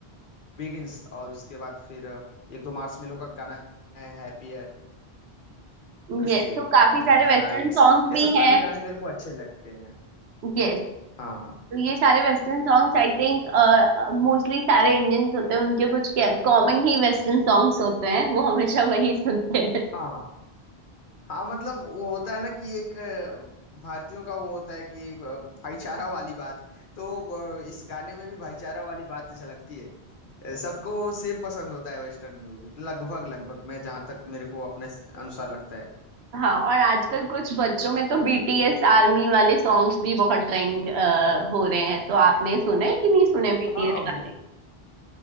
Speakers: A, on the left (about 55°); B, on the right (about 75°).
A: बिगिंस और उसके बाद फिर अ, एक दो मार्शमेलो का गाना है हैप्पियर
B: Yes
A: स्टिल
B: तो काफी सारे
A: द
B: वेस्टर्न
A: नाइट्स
B: सॉन्ग्स भी
A: ये सब
B: हैं
A: काफी गाने मेरे को अच्छे लगते हैं
B: यस
A: हाँ हाँ
B: तो ये सारे western songs I think mostly सारे इंडियंस होते हैं उनके कुछ कॉमन ही वेस्टर्न सॉन्ग्स होते हैं वो हमेशा वही सुनते हैं
A: हाँ हाँ हाँ मतलब वो होता है ना कि एक अ, भारतीयों का वो होता है कि अ, भाईचारा वाली बात तो अ, इस गाने में भी भाईचारा वाली बात झलकती है अ, सबको सेम पसंद होता है वेस्टर्न म्यूजिक लगभग लगभग मैं जहाँ तक मेरे को अपने स- अनुसार लगता है
B: हाँ और आजकल कुछ बच्चों में तो बीटीएस आर्मी वाले सॉन्ग्स भी बहुत ट्रेंड हो रहे हैं तो आपने सुने कि नहीं सुने बीटीएस
A: हाँ
B: वाले